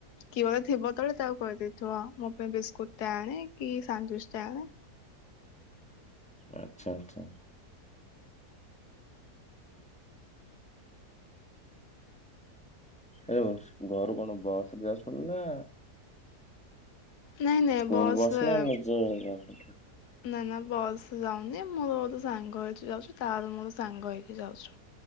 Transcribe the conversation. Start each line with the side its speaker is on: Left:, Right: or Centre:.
Left: କିଏ ଗୋଟେ ଥିବ ତଳେ ତାକୁ କହିଦେବି। ସୁଣ ମୋ ପାଇଁ ବିସ୍କୁଟୁ ଟେ ଆଣେ କି ସାଣ୍ଡୁଚି ଟେ ଆଣେ।
Centre: ଆଚ୍ଛା ଆଚ୍ଛା। ଏ ଘରୁ କଣ ବସରେ ଯାଉଛନ୍ତି ନା
Left: ନାଇଁ ନାଇଁ
Centre: ସ୍କୁଲ
Left: ବସ୍
Centre: ବସ
Left: ରେ
Centre: ନା ନିଜେ ଯାଉଛନ୍ତି?
Left: ନା ନା ବସ୍ ଯାଉନି ମୋର ଗୋଟେ ସାଙ୍ଗ ଏଇଠି ରହୁଚି ତା ମୋର ସାଙ୍ଗ ହେଇକି ଯାଉଚୁ।